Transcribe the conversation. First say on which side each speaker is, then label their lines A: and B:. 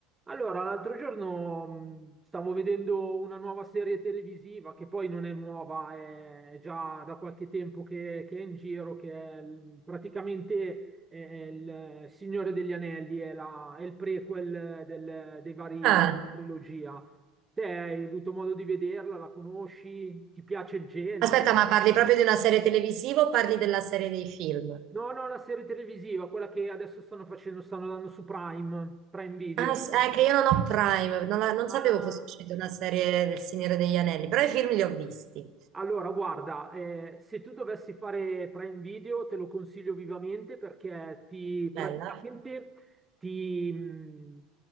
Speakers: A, on the right; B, on the right.
A: Allora, l'altro giorno mh, stavo vedendo una nuova serie televisiva che poi non è nuova, è è già da qualche tempo che, che è in giro, che è il- praticamente eh, il Signore degli Anelli, è, la- è il prequel del- dei vari
B: Ah,
A: della trilogia. Te hai avuto modo di vederla, la conosci, ti piace il genere?
B: aspetta, ma parli proprio di una serie televisiva o parli della serie dei film?
A: No, no, la serie televisiva, quella che adesso stanno facendo, stanno dando su Prime, Prime Video.
B: Ah, sì, è che io non ho Prime, non, la- non
A: Ah,
B: sapevo fosse uscita una serie del Signore degli Anelli, però i film li ho visti.
A: Allora, guarda, eh, se tu dovessi fare Prime Video te lo consiglio vivamente perché ti praticamente
B: Bella.
A: ti, mh,